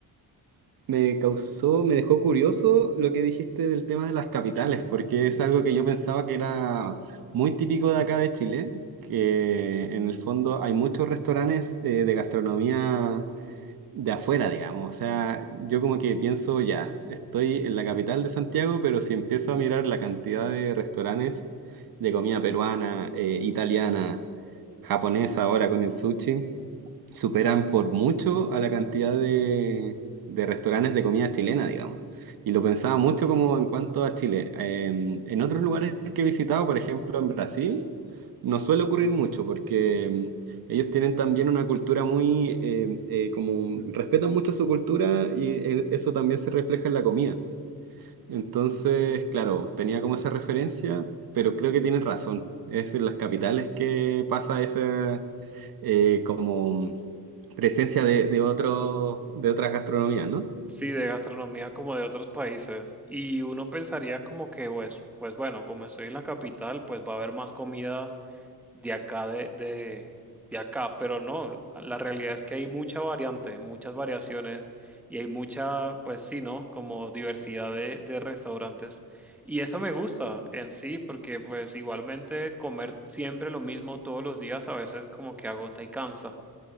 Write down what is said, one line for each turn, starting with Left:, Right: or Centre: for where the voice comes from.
Right: me causó, me dejó curioso lo que dijiste del tema de las capitales, porque es algo que yo pensaba que era muy típico de acá de Chile, que en el fondo hay muchos restaurantes eh, de gastronomía de afuera, digamos. O sea, yo como que pienso, ya, estoy en la capital de Santiago, pero si empiezo a mirar la cantidad de restaurantes de comida peruana, eh, italiana, japonesa ahora con el sushi superan por mucho a la cantidad de, de restaurantes de comida chilena, digamos. Y lo pensaba mucho como en cuanto a Chile. Em, en otros lugares que he visitado, por ejemplo en Brasil, no suele ocurrir mucho porque em, ellos tienen también una cultura muy, em, eh, como respetan mucho su cultura y eh, eso también se refleja en la comida. Entonces, claro, tenía como esa referencia, pero creo que tienes razón. Es en las capitales que pasa ese, eh, como presencia de, de otros, de otras gastronomías, ¿no?
Centre: Sí, de gastronomía como de otros países. Y uno pensaría como que, pues, pues bueno, como estoy en la capital, pues va a haber más comida de acá de, de, de acá, pero no, la realidad es que hay mucha variante, muchas variaciones y hay mucha, pues sí, ¿no? Como diversidad de, de restaurantes y eso me gusta en sí porque pues igualmente comer siempre lo mismo todos los días a veces como que agota y cansa.